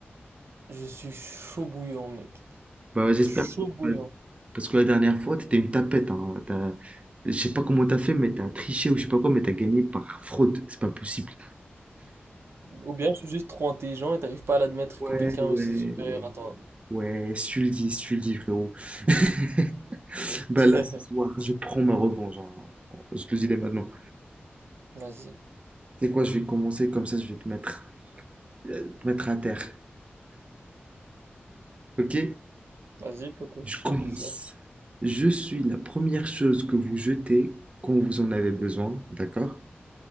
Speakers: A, on the right (about 80°); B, on the right (about 30°).
A: Je suis chaud bouillant, mec.
B: Bah, j'espère.
A: Chaud
B: Parce
A: bouillant.
B: que parce que la dernière fois, t'étais une tapette. Hein. T'as- Je sais pas comment t'as fait, mais t'as triché ou je sais pas quoi, mais t'as gagné par fraude. C'est pas possible.
A: Ou bien je suis juste trop intelligent et t'arrives pas à l'admettre
B: Ouais,
A: que quelqu'un
B: ouais,
A: est aussi supérieur
B: ouais.
A: à toi.
B: Ouais, Sully, Sully, frérot. <laughs> Bah
A: <laughs>
B: là, ce soir, je prends ma revanche. hein. Je te le dis dès maintenant.
A: Vas-y.
B: C'est quoi, je vais commencer comme ça, je vais te mettre, euh, te mettre à terre. Ok?
A: Vas-y, poto,
B: Je
A: fais-toi
B: commence.
A: plaisir.
B: Je suis la première chose que vous jetez quand vous en avez besoin, d'accord?